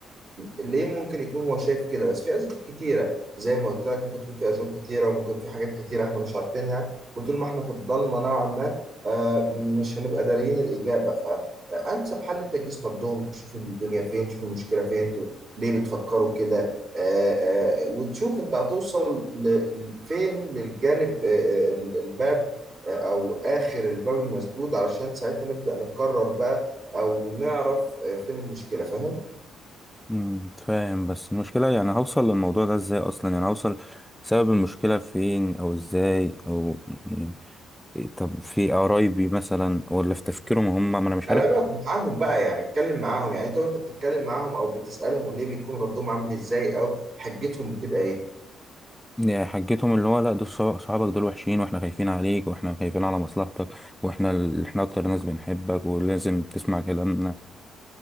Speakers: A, on the right (about 65°); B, in the centre.
A: ليه ممكن يكون هو شايف كده بس في اسباب كتيره زي ما قلت لك ممكن تكون في اسباب كتيره وممكن في حاجات كتيره احنا مش عارفينها وطول ما احنا في الضلمه نوعا ما آه، مش هنبقى داريين الاجابه فانسب حل انت تجلس نبضهم تشوف الدنيا فين تشوف المشكله فين انتوا ليه بتفكروا كده آه، آه، وتشوف انت هتوصل ل- فين للجانب آه، آه، الباب آه، او اخر الباب المسدود علشان ساعتها نبدا نقرر بقى او نعرف آه، فين المشكله فاهم
B: امم فاهم بس المشكلة يعني هوصل للموضوع ده إزاي أصلا يعني هوصل سبب المشكلة فين أو إزاي أو يعني إيه طب في قرايبي مثلا ولا في تفكيرهم هم ما أنا مش
A: كلامك
B: عارف
A: معاهم بقى يعني اتكلم معاهم يعني انت وانت بتتكلم معاهم او بتسألهم ليه بيكون ردهم عامل ازاي او حجتهم بتبقى ايه
B: يعني حجتهم اللي هو لا دول صح- صحابك دول وحشين وإحنا خايفين عليك وإحنا خايفين على مصلحتك وإحنا ال- إحنا أكتر ناس بنحبك ولازم تسمع كلامنا